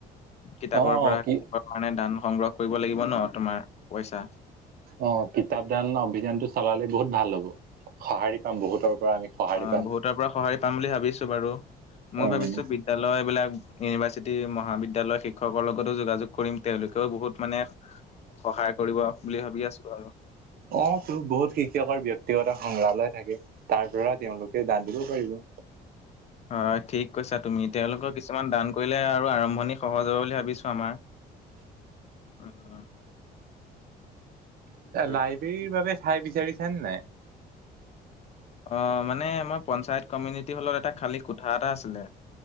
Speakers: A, on the left (about 40°); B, on the right (about 60°).
A: কিতাপৰ
B: অ
A: পৰা
B: কি
A: কিতাপৰ কাৰণে দান সংগ্ৰহ কৰিব লাগিব ন' তোমাৰ। পইচা
B: অ' কিতাপ দান অভিযানতটো চলালে বহুত ভাল হ'ব, সঁহাৰি পাম বহুতৰ। পৰা আমি সঁহাৰি
A: অ'
B: পাম
A: বহুতৰ পৰা সঁহাৰি পাম বুলি ভাবিছোঁ বাৰু, মই
B: উম
A: ভাবিছোঁ বিদ্যয়ালয় এইবিলাক ইউনিভাৰ্চিটি মহাবিদ্যালয় শিক্ষকৰ লগতো যোগাযোগ কৰিম তেওঁলোকেও বহুত মানে সহায় কৰিব বুলি ভাবি আছোঁ আৰু।
B: অ' ত' বহুত শিক্ষকৰ ব্যক্তিগত সংগ্ৰালয় থাকে তাৰ পৰা তেওঁলোকে দান দিব পাৰিব।
A: হয় ঠিক কৈছা তুমি তেওঁলোকৰ কিছুমান দান কৰিলে আৰু আৰম্ভণি সহজ হ'ব বুলি ভাবিছোঁ আমাৰ। উম। সেইটোৱে।
B: লাইব্ৰেৰীৰ বাবে ঠাই বিচাৰিছানে নাই।
A: অ' মানে আমাৰ পঞ্চায়ত কমিউনিটি হোলত এটা খালী কোঠা এটা আছিলে।